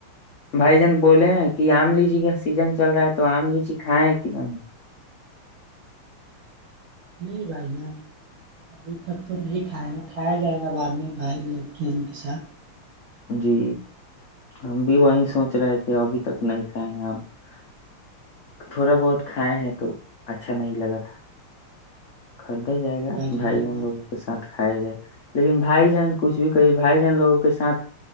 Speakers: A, on the left; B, on the right.
A: بھائی جان بولے ہیں کہ آم لیچی کا سیزن چل رہا ہے تو آم لیچی کھائےیں کہ نہیں <inaudible>
B: نہیں بھائی جان ابھی تک تو نہیں کھائے گ کھایا جائے گا بعد میں بھائی لوگ ان کے ساتھ <inaudible>
A: جی ہم بھی وہی سوچ رہے تھے ابھی تک نہیں کھائے ہیں آپ تھوڑا بہت کھائے ہیں تو اچھا نہیں لگا تھا <inaudible> خریدا جائے
B: ہاں
A: گا
B: جان
A: بھائی
B: یہ
A: جن
B: بات
A: لوگوں کے ساتھ کھایا جائے <inaudible> لیکن بھائی جن کچھ بھی کہیے بھائی جن لوگوں کے سات <inaudible>